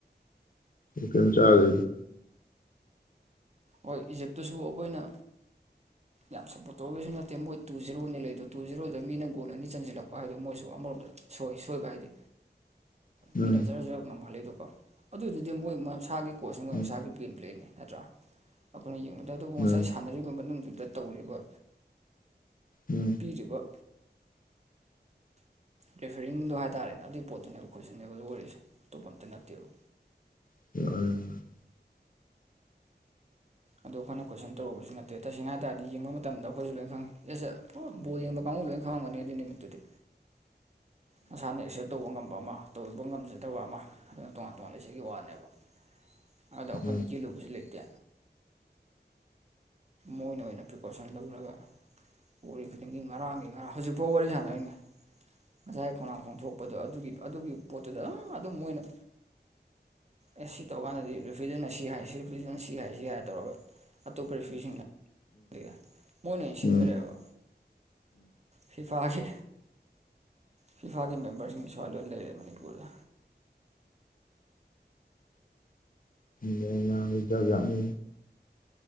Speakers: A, on the left; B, on the right.
A: ꯇꯤꯟ ꯆꯥꯒꯗꯤ
B: ꯍꯣꯏ ꯏꯖꯤꯞꯇꯨꯁꯨ ꯑꯩꯈꯣꯏꯅ ꯌꯥꯝ ꯁꯞꯄꯣꯔꯠ ꯇꯧꯔꯒꯁꯨ ꯅꯠꯇꯦ ꯃꯣꯏ ꯇꯨ ꯖꯤꯔꯣꯅꯤ ꯂꯩꯗꯣ ꯇꯨ ꯖꯤꯔꯣꯗ ꯃꯤꯅ ꯣꯜ ꯑꯅꯤ ꯆꯟꯁꯤꯜꯂꯛꯄ ꯍꯥꯏꯗꯣ ꯃꯣꯏꯁꯨ ꯑꯃꯔꯣꯝꯗ ꯁꯣꯏ ꯁꯣꯏꯕ ꯍꯥꯏꯗꯤ
A: ꯎꯝ
B: ꯃꯤꯅꯖꯔ ꯖ ꯉꯝꯍꯜꯂꯤꯗꯨꯀꯣ ꯑꯗꯨꯗꯨꯗꯤ ꯃꯣꯏ ꯃꯁꯥꯒꯤ ꯀꯣꯆ ꯃꯁꯥꯒꯤ
A: ꯎꯝ
B: ꯦꯝ ꯄ꯭ꯂꯦꯔꯅꯤ ꯅꯠꯇ꯭ꯔꯥ ꯑꯩꯈꯣꯏꯅ ꯌꯦꯡꯕꯗ ꯑꯗꯨꯕꯨ
A: ꯎꯝ
B: ꯉꯁꯥꯏ ꯁꯥꯟꯅꯔꯤꯕ ꯃꯅꯨꯡꯗꯨꯗ ꯇꯧꯔꯤꯕ
A: ꯎꯝ
B: ꯊꯤꯕ ꯄꯦꯐꯔꯤꯡꯗꯣ ꯍꯥꯏꯇꯥꯔꯦꯅꯦ ꯑꯗꯨꯒꯤ ꯄꯣꯠꯇꯨꯅꯦꯕ ꯈꯣꯏꯁꯨꯟꯅꯕ ꯂꯣꯏꯔꯤꯁꯦ ꯑꯇꯣꯞꯄ ꯑꯃꯇ ꯅꯠꯇꯦꯕ
A: <unintelligible>
B: ꯑꯗꯨꯗ ꯑꯩꯈꯣꯏꯅ ꯀꯣꯏꯁꯟ ꯇꯧꯔꯕꯁꯨ ꯅꯠꯇꯦꯁꯦꯡꯅ ꯍꯥꯏ ꯇꯔꯗꯤ ꯌꯦꯡꯕ ꯃꯇꯝꯗ ꯑꯩꯈꯣꯏꯁꯨ ꯂꯣꯏ ꯈꯪꯉꯤ ꯑꯦꯁ ꯕꯣꯜ ꯌꯦꯡꯕ ꯀꯥꯡꯕꯨ ꯂꯣꯏꯅ ꯈꯪꯉꯝꯒꯅꯤ ꯑꯗꯨꯒꯤ ꯅꯨꯃꯤꯠꯇꯨꯗꯤ ꯅꯁꯥꯅ ꯑꯦꯛꯁꯦꯞ ꯇꯧꯕ ꯉꯝꯕ ꯑꯃ ꯇꯧꯕ ꯉꯝꯖꯗꯕ ꯑꯃ ꯑꯗꯨꯅ ꯇꯣꯉꯥꯟ ꯇꯣꯉꯥꯟꯕ ꯏꯁꯩꯒꯤ ꯋꯥꯅꯦꯕ ꯑꯗꯣ ꯑꯩꯈꯣꯏꯅ
A: ꯎꯝ
B: ꯆꯦꯜꯜꯂꯨꯕꯁꯨ ꯂꯩꯇꯦ ꯃꯣꯏꯅ ꯑꯣꯏꯅ ꯄ꯭ꯔꯤꯀꯣꯁꯟ ꯂꯧꯔꯒ ꯋꯥꯔꯤꯔꯤ ꯈꯨꯗꯤꯡꯒꯤ ꯉꯔꯥꯡꯒꯤ ꯉꯔꯥꯡ ꯍꯧꯖꯤꯛꯐꯥꯎ ꯋꯥꯔꯤ ꯁꯥꯟꯅꯔꯤꯅꯦ ꯉꯁꯥꯏ ꯈꯣꯡꯅꯥꯡ ꯐꯣꯡꯝ ꯊꯣꯛꯣꯛꯄꯗꯣ ꯑꯗꯨꯒꯤ ꯑꯗꯨꯒꯤ ꯄꯣꯠꯇꯨꯗ ꯑꯗꯨꯝ ꯑꯗꯨꯝ ꯃꯣꯏꯅ ꯑꯦ ꯁꯤ ꯇꯧꯀꯥꯟꯗꯗꯤ ꯔꯤꯐ꯭ꯔꯤꯖꯟ ꯁꯤ ꯍꯥꯏ ꯁꯤ ꯔꯤꯐ꯭ꯔꯤꯖꯟꯅ ꯁꯤ ꯍꯥꯏꯁꯤ ꯍꯥꯏꯔ ꯇꯧꯔꯒ ꯑꯇꯣꯞꯄ ꯅꯨꯄꯤꯁꯤꯡꯅ ꯑꯗꯨꯒ ꯃꯣꯏꯅ ꯌꯦꯡ ꯁꯤꯟꯈ꯭ꯔꯦꯕ
A: ꯎꯝ ꯎꯝ
B: ꯐꯤꯐꯥꯒꯤ ꯐꯤꯐꯥꯒꯤ ꯃꯦꯝꯕꯔꯁꯤꯡꯁꯤ ꯁꯨꯃꯏ ꯂꯣꯏꯅ ꯂꯩꯔꯦ ꯃꯅꯤꯄꯨꯔꯗ
A: ꯃꯌꯥꯝꯕꯆꯥꯥꯛꯖꯥꯠꯅꯤ